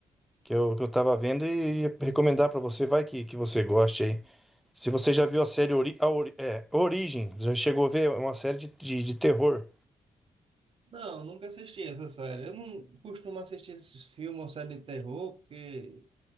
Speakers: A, in the centre; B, on the right.
A: que eu, que eu tava vendo e ia recomendar pra você, vai que, que você goste aí. Se você já viu a série Ori, a Ori- é, Origem, já chegou a ver, é uma série de, de, de terror.
B: Não, nunca assisti essa série. Eu não costumo assistir esses filmes ou série de terror, porque